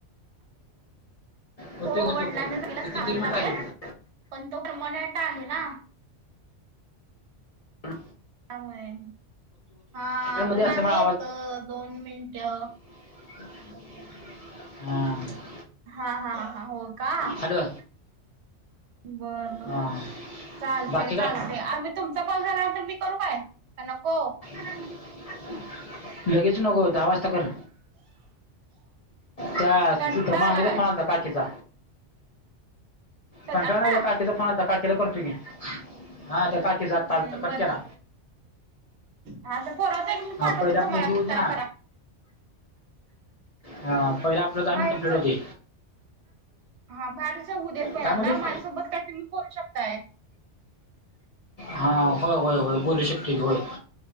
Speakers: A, on the left; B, on the right.
A: होते
B: हो हो,
A: होते
B: वडलाच्या
A: पूर्ण
B: जागेलाच
A: किती
B: कामाला
A: तीन
B: लागलाय
A: मिनिट राहिले
B: पण तो परमनंट आहे ना.
A: हा
B: त्यामुळे हा
A: मध्ये
B: अजून
A: असल्यामुळे
B: आहेत दोन मिनिटं-
A: हा.
B: हा हा हा हो का
A: हॅलो
B: बरं बर
A: हां
B: चालतय
A: बाकी काय
B: चालतय आम्ही तुमचा कॉल झालं नंतर मी, करू काय का नको
A: <inaudible> लगेच नको दहा वाजता कर. त्या
B: कंटाळा
A: त्या मामीचा
B: आला काय
A: फोन आलता. काकीचा,
B: कधी
A: कंटाळ
B: आत्ता
A: नाही त्या काकीचा फोन आलता काकीचा. तीला करतो की, हा त्या काकीचा
B: हम्म
A: आता आलता कट
B: बर
A: केला.
B: बर हा तर पोराचं एक मी
A: हा
B: पाठवते
A: पहिल आपलं
B: तुम्हाला
A: हे होउदे
B: त्याला
A: ना.
B: करा
A: ह पहिलं आपल दहा
B: बाहेरच
A: मिनटं फ्लेट होउदे.
B: हा बाहेरच होऊ देत पहिल्यांदा
A: काय म्हटलीस?
B: माझ्यासोबत काय तुम्ही करू शकताय
A: हा होय होय होय बोलू शकतोय की होय.